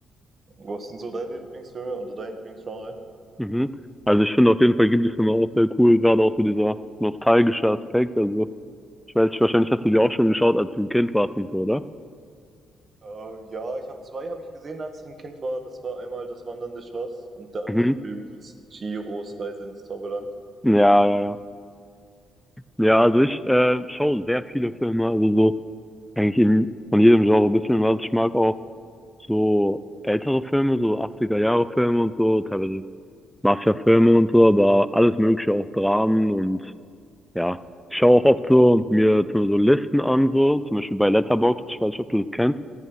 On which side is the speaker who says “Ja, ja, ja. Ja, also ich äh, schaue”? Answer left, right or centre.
Centre